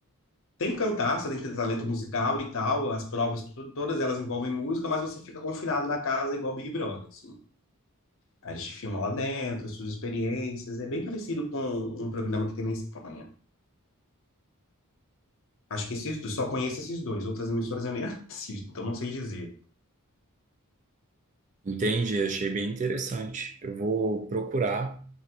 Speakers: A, on the left; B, on the right.
A: tem que cantar, você tem que ter talento musical e tal. As provas, tu- todas elas envolvem música, mas você fica confinado na casa igual Big Brother, assim. Aí eles te filmam lá dentro, suas experiências. É bem parecido com um programa que tem na Espanha. Acho que esses dois, só conheço esses dois. Outras emissoras eu nem <laughs> assisto, então não sei dizer.
B: Entendi, achei bem interessante. Eu vou procurar,